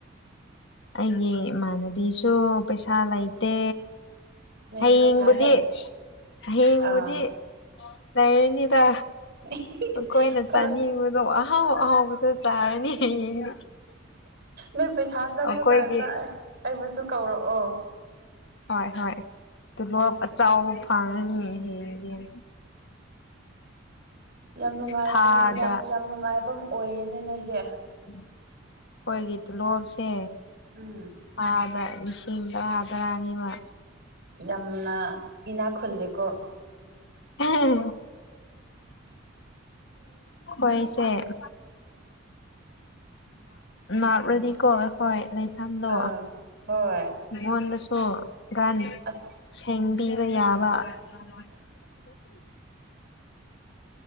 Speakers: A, on the left; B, on the right.
A: ꯑꯩꯒꯤ ꯏꯃꯥꯟꯅꯕꯤꯁꯨ ꯄꯩꯁꯥ ꯂꯩꯇꯦ
B: ꯅꯣꯏꯗꯤ
A: ꯍꯌꯦꯡꯕꯨꯗꯤ
B: ꯄꯩꯁꯥ ꯌꯥꯝ
A: ꯍꯌꯦꯡꯕꯨꯗꯤ
B: ꯑꯥ
A: ꯂꯩꯔꯅꯤꯗ
B: <unintelligible>
A: ꯑꯩꯈꯣꯏꯅ
B: ꯈꯔ
A: ꯆꯥꯅꯤꯡꯕꯗꯣ ꯑꯍꯥꯎ ꯑꯍꯥꯎꯕꯗ ꯆꯥꯔꯅꯤ ꯍꯌꯦꯡꯗꯤ
B: ꯅꯣꯏ ꯄꯩꯁꯥ ꯆꯪꯕ
A: ꯑꯩꯈꯣꯏꯒꯤ
B: ꯀꯥꯟꯗ ꯑꯩꯕꯨꯁꯨ ꯀꯧꯔꯛꯑꯣ
A: ꯍꯣꯏ ꯍꯣꯏ ꯇꯂꯞ ꯑꯆꯥꯎꯕ ꯐꯥꯅꯤ ꯍꯌꯦꯡ
B: ꯌꯥꯝ ꯅꯨꯡꯉꯥꯏꯕꯅꯤ
A: ꯊꯥꯗ
B: ꯌꯥꯝ ꯌꯥꯝ ꯅꯨꯡꯉꯥꯏꯕ ꯑꯃ ꯑꯣꯏꯌꯦꯦꯅꯦ ꯅꯣꯏꯁꯦ
A: ꯑꯩꯈꯣꯏꯒꯤ ꯇꯤꯂꯣꯞꯁꯦ
B: ꯎꯝ
A: ꯊꯥꯗ ꯂꯤꯁꯤꯡ ꯇꯔꯥ ꯇꯔꯥꯅꯤꯕ
B: ꯌꯥꯝꯅ ꯏꯅꯥꯛ ꯈꯨꯜꯂꯦꯀꯣ
A: ꯑꯥ ꯑꯩꯈꯣꯏꯁꯦꯞ ꯅꯥꯞꯂꯗꯤꯀꯣ ꯍꯣꯏ ꯂꯩꯐꯝꯗꯣ
B: ꯑꯥ ꯍꯣꯏ
A: ꯃꯤꯉꯣꯟꯗꯁꯨ ꯒꯥꯟ
B: ꯑꯁ
A: ꯁꯦꯡꯕꯤꯕ ꯌꯥꯕ ꯑꯖꯥꯡ